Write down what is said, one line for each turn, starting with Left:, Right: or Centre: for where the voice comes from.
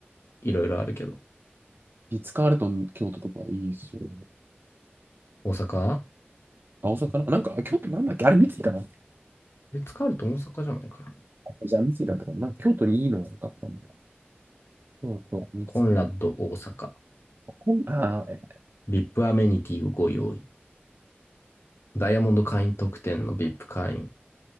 Left: いろいろあるけど。
Right: リッツ・カールトン、京都とかいいですよ。
Left: 大阪
Right: あ、大阪かななんか、あ京都なんだっけあれ、三井かな
Left: リッツカールトン大阪じゃないかな。
Right: じゃあ、三井だったかななんか京都にいいのが良かったんだ。京都、三井。
Left: コンラッド大阪。
Right: こんあー、え
Left: VIP アイピーアメニティをご用意。ダイヤモンド会員特典の VIP 会員。